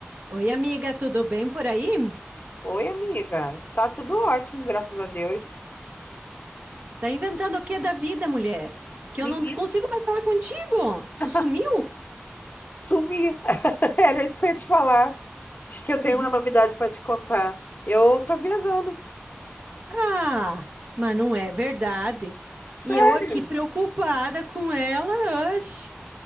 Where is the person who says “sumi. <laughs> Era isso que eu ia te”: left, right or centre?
Left